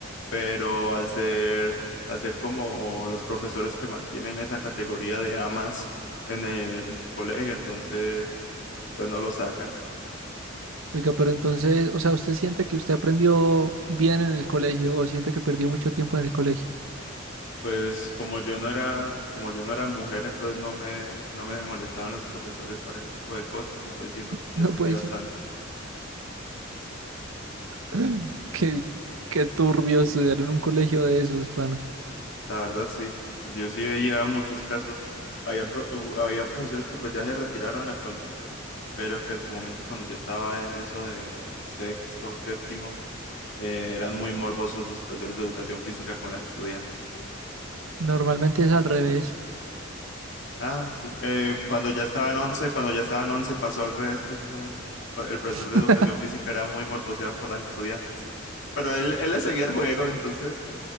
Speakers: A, on the left; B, on the right.
A: pero al ser, al ser como los profesores que mantienen esa categoría de amas en el colegio, entonces, entonces no lo sacan.
B: Oiga, pero entonces, o sea, ¿usted siente que usted aprendió bien en el colegio o siente que perdió mucho tiempo en el colegio?
A: Pues como yo no era, como yo no era mujer, entonces no me, no me molestaban los profesores para ese tipo de cosas, entonces siento
B: <laughs>
A: que sí
B: No
A: aprendí
B: puede
A: bastante.
B: ser. <laughs> Qué, qué turbio estudiar en un colegio de esos, pana.
A: La verdad sí, yo sí veía muchos casos, habían, pro- hu- habían profesores que pues ya se retiraron actualmente, pero que en su momento cuando yo estaba en eso de sexto, séptimo, eh, eran muy morbosos los profesores de educación física con las estudiantes.
B: Normalmente es al revés.
A: Ah, sí, eh, cuando ya estaba en once, cuando ya estaba en once pasó al revés precisamente. Cu- El profesor
B: <laughs>
A: de educación física era muy morboseado por las estudiantes, pero él, él le seguía el juego, entonces